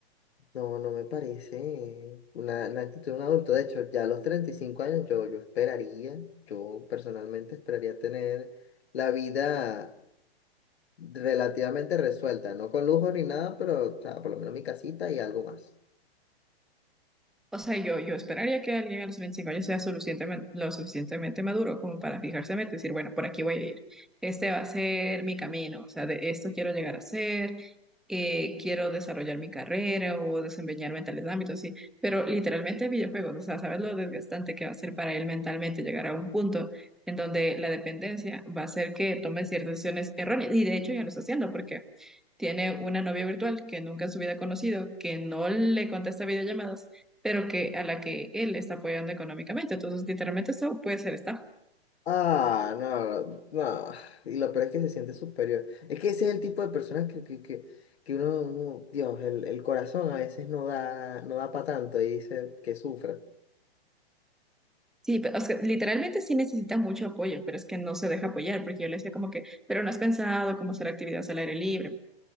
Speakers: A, on the left; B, in the centre.
A: no, no me parece una, la actitud de un adulto. De hecho, ya a los 35 años yo, yo esperaría, yo personalmente esperaría tener la vida relativamente resuelta, no con lujo ni nada, pero, o sea, por lo menos mi casita y algo más.
B: O sea, yo, yo esperaría que alguien a los 25 años sea suficientemente, lo suficientemente maduro como para fijarse en meta y decir, bueno, por aquí voy a ir. Este va a ser mi camino. O sea, de esto quiero llegar a ser. eh, quiero desarrollar mi carrera o desempeñarme en tales ámbitos, sí. Pero literalmente videojuegos, o sea, sabes lo desgastante que va a ser para él mentalmente llegar a un punto en donde la dependencia va a hacer que tome ciertas decisiones erróneas. Y de hecho ya lo está haciendo porque tiene una novia virtual que nunca en su vida ha conocido, que no le contesta videollamadas pero que a la que él está apoyando económicamente. Entonces, literalmente esto puede ser estafa.
A: Ah, no, no. Y lo peor es que se siente superior. Es que ese es el tipo de personas que, que, que, que uno, uno- Dios, el, el corazón a veces no da, no da para tanto y dice que sufra.
B: Sí, pero, o sea, literalmente sí necesita mucho apoyo, pero es que no se deja apoyar, porque yo le decía como que, pero no has pensado cómo hacer actividades al aire libre.